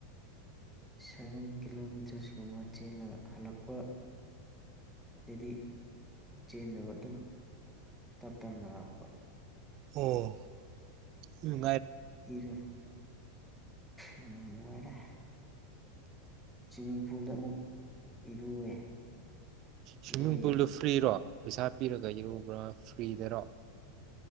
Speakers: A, in the centre; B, on the right.
A: ꯁꯚꯦꯟ ꯀꯤꯂꯣꯃꯤꯇꯔꯁꯀꯨꯝꯕ ꯍꯜꯂꯛꯄ ꯗꯤ ꯆꯦꯟꯗꯕ ꯑꯗꯨꯝ ꯇꯞ ꯇꯞꯅ ꯂꯥꯛꯄ
B: ꯑꯣ ꯎꯝ
A: ꯏꯔꯨ ꯎꯝ ꯅꯨꯡꯉꯥꯏꯔꯦ ꯁ꯭ꯋꯤꯃꯤꯡ ꯄꯨꯜꯗ ꯑꯃꯨꯛ ꯏꯔꯨꯋꯦ
B: ꯁ꯭ꯋꯤꯃꯤꯡ
A: ꯏꯔꯣꯏꯌꯦ
B: ꯄꯨꯜꯗꯣ ꯐ꯭ꯔꯤꯔꯣ ꯄꯩꯁꯥ ꯄꯤꯔꯒ ꯏꯔꯨꯕ꯭ꯔꯥ ꯐ꯭ꯔꯤꯗꯔꯣ